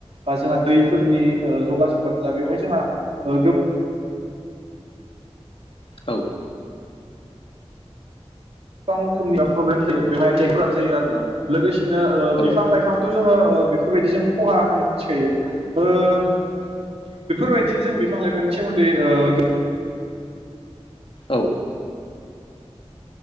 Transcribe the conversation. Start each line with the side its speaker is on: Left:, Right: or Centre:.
Right: बा जोंहा दैफोरनि ओ जगा जगानो जा बेवहाय जोंहा गो
Left: औ।
Right: गोबां रोखोमनि प्रब्लेम जायो बेवहाय गोब्राब जायो आरोना लोगोसे। बिदिनो ओ बिफां
Left: औ
Right: लाइफां। जोङो ओह बेफोरबायदि जों खहा होननानै मिथिखायो ओह बेफोरबायदिनोजों बिफां लाइफांनि सोमोन्दै ओह।
Left: औ।